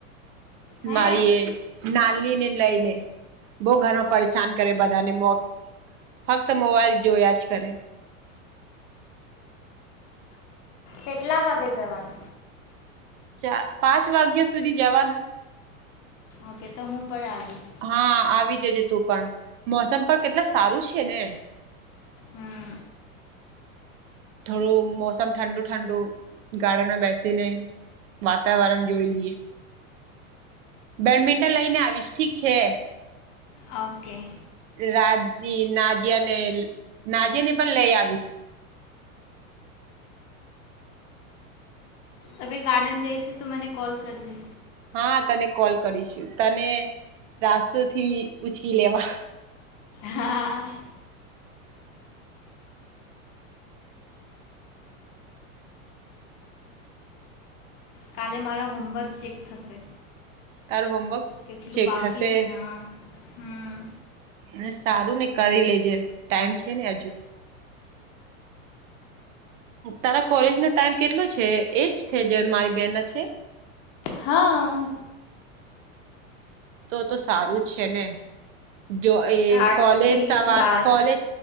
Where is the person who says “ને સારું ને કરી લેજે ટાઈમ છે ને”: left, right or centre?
Right